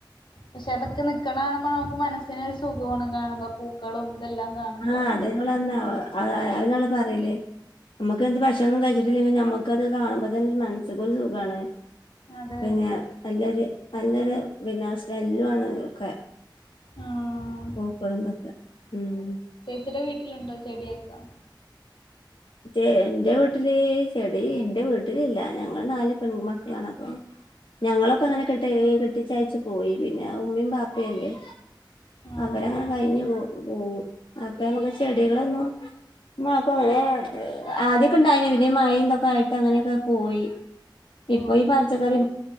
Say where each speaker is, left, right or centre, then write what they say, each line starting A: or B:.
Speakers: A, on the left; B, on the left.
A: പക്ഷെ അതൊക്കെ നിക്കണാണുമ്പോ നമുക്ക് മനസി - ഒരു സുഖമാണ് കാണുമ്പോ പൂക്കളും- ഇതെല്ലാം കാണുമ്പോ
B: ആഹ അതേപോലെ തന്നാ അവള് അ അന്ള് പറയല്ലേ നമുക്ക് എന്ത് ഭക്ഷണണംൊന്നും കഴിച്ചിട്ടില്ലെങ്കിൽ നമ്മുക്കത് കാണുമ്പോ തന്നെ ഒരു മനസ്സക്കൊരു സുഖമാണ്
A: അതെ
B: പിന്നെ നല്ല ഒരു നല്ലൊരു പിന്നെ സ്മെല്ലു ആണ് ഇതൊക്ക
A: ആഹ്
B: പൂക്കളന്തൊക്കെ ഉം
A: ചേച്ചുടെ വീട്ടിലുണ്ടോ ചെടിയൊക്കെ
B: എന്റെ വീട്ടില് ചെടി എന്റെ വീട്ടിലില്ല ഞങ്ങള്ൾ നാല് പെൺ മക്കളാണ് അപ്പൊ ഞങ്ങളൊക്കെ അങ്ങനെ കെട്ട കെട്ടിച്ചയച്ചു പോയി പിന്നെ ഉമ്മയും ബാപ്പയും അല്ലേ
A: ആഹ്
B: അവരങ്ങെ കഴിഞ്ഞു പോ പോു അപ്പ നമ്മുക്ക് ചെടികളൊന്നും മാക്കും അങ്ങനെ <inaudible> ആദ്യക്കെ ഇണ്ടായതിന ഇലേ മഴന്തൊക്കെ ആയിട്ട് അങ്ങനെയൊക്കെ പോയി
A: പോയി
B: ഇപ്പൊ ഈ പചക്കറി
A: ആഹ്